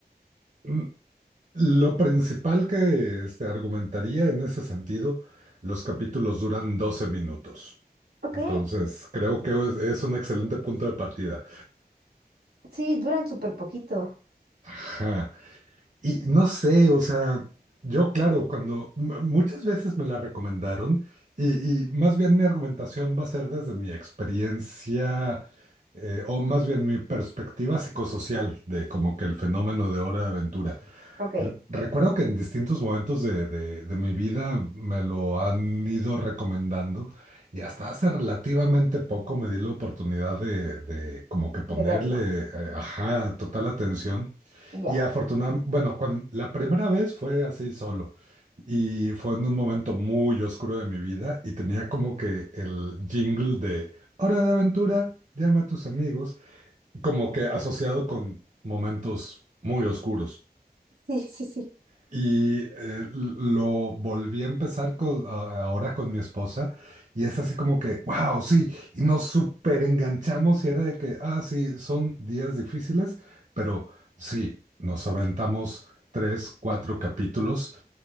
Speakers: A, on the right; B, on the right.
A: mm, lo principal que este, argumentaría en ese sentido, los capítulos duran 12 minutos.
B: Ok,
A: Entonces, creo que es es un excelente punto de partida.
B: Sí, duran súper poquito.
A: Ajá. Y no sé, o sea, yo claro, cuando m- muchas veces me la recomendaron y, y más bien mi argumentación va a ser desde mi experiencia eh, o más bien mi perspectiva psicosocial de como que el fenómeno de Hora de Aventura.
B: ok,
A: Re- Recuerdo que en distintos momentos de, de- de mi vida me lo han ido recomendando y hasta hace relativamente poco me di la oportunidad de, de como que ponerle,
B: de verlo.
A: eh, ajá, total atención.
B: Ya.
A: Y afortunadamente, bueno, cuan- la primera vez fue así solo y fue en un momento muy oscuro de mi vida y tenía como que el jingle de Hora de aventura, llama a tus amigos, como que asociado con momentos muy oscuros.
B: Sí, sí, sí.
A: Y eh, lo volví a empezar con- a- ahora con mi esposa y es así como que, wow, sí, y nos súper enganchamos y era de que, ah, sí, son días difíciles, pero sí, nos aventamos tres, cuatro capítulos,